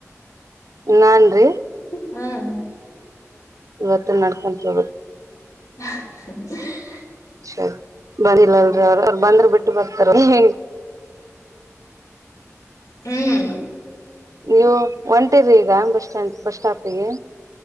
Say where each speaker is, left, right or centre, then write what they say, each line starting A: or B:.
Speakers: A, on the right; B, on the left.
A: ನಾನ್ರೀ
B: ಹ್ಮ್
A: ಇವತ್ತೂ ನಡ್ಕೊಂತ್ ಹೋಬೇಕ್
B: ಅಹ್ ಹ್ ಹ್ಮ್
A: ಸರಿ ಬನ್ನಿಲ್ಲಲ್ರಿ ಅವ್ರು ಅವ್ರ್ ಬಂದ್ರೆ ಬಿಟ್ <unintelligible> <unintelligible>
B: ಹ್ಮ್
A: ನೀವು ಒಂಟಿರ್ರಿ ಈಗ ಬಸ್ಸ್ಟಾಂಡ್ ಬಸ್ ಸ್ಟಾಪಿಗೆ.